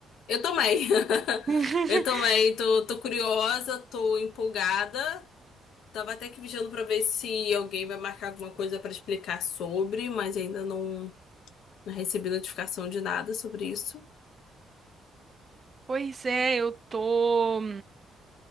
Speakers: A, on the left; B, on the right.
A: eu também <laughs>
B: <laughs>
A: Eu também tô, tô curiosa, tô empolgada. Tava até que vigiando pra ver se alguém vai marcar alguma coisa pra explicar sobre, mas ainda não, não recebi notificação de nada sobre isso.
B: Pois é, eu tô.